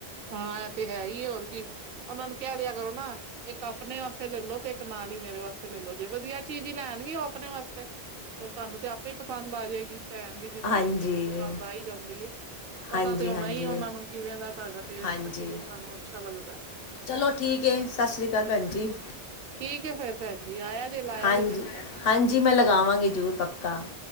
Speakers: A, on the right; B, on the left.
A: ਹਾਂ, ਐ ਤੇ ਹੈਈ ਹੋਰ ਕੀ। ਉਹਨਾਂ ਨੂੰ ਕਹਿ ਦਿਆ ਕਰੋ ਨਾ ਇੱਕ ਆਪਣੇ ਵਾਸਤੇ ਲੈਲੋ ਤੇ ਇੱਕ ਨਾਲ ਈ ਮੇਰੇ ਵਾਸਤੇ ਲੈਲੋ ਜੇ ਵਧੀਆ ਚੀਜ਼ ਈ ਲੈਣਗੇ ਓ ਆਪਣੇ ਵਾਸਤੇ ਤੇ ਓ ਤੁਹਾਨੂੰ ਤੇ ਆਪੇ ਈ ਪਸੰਦ ਆਜੇਗੀ ਪੈਣ ਦੀ ਦਿੱਤੀ
B: ਹਾਂਜੀ
A: ਹੋਈ ਚੀਜ਼ ਤੇ ਪਸੰਦ ਆ ਈ ਜਾਂਦੀ ਏ ਪਤਾ
B: ਹਾਂਜੀ
A: ਤੇ ਹੋਣਾ
B: ਹਾਂਜੀ
A: ਈ ਉਹਨਾਂ ਨੂੰ ਕਿਵੇਂ ਦਾ ਤੁਹਾਡਾ ਟੇਸਟ
B: ਹਾਂਜੀ,
A: ਕਿਵੇਂ ਤੁਹਾਨੂੰ ਅੱਛਾ ਲੱਗਦਾ
B: ਚਲੋ ਠੀਕ ਐ ਸਤਿ ਸ਼੍ਰੀ ਅਕਾਲ ਭੈਣ ਜੀ।
A: ਠੀਕ ਐ ਫੇਰ ਭੈਣ ਜੀ ਆਇਆ ਜੇ ਲਾਇਆ
B: ਹਾਂਜੀ
A: ਜੇ ਚੱਕਰ।
B: ਹਾਂਜੀ ਮੈਂ ਲਗਾਵਾਂਗੀ ਜ਼ਰੂਰ ਪੱਕਾ